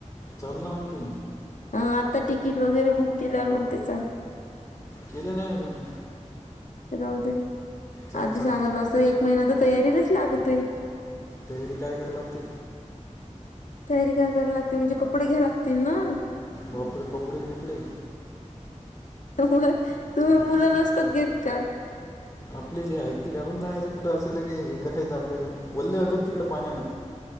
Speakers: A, on the left (about 20°); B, on the left (about 80°).
A: चल ना मग तु.
B: हं.. आता तिकीट वगैरे, बुक केल्यावर म्हणते चल.
A: केले नाही अजून
B: राहूदे,
A: चल
B: आधी
A: चल
B: सांगितल‌ एक महिना तर तयारीलाच लागते.
A: तयारी काय कराले‌ लागते.
B: तयारी काय कराय लागते, म्हणजे कपडे घ्याय लागतील ना.
A: बापरे कपडे. कपडे.
B: मग तुम्ही
A: आपले
B: मुलं नसतात घेत का?
A: आपले जे आहेत ते घालून जायचं कुठं असेल, क हे करायचं आपल्या वल्ले होतात तिकडे पाण्यानं.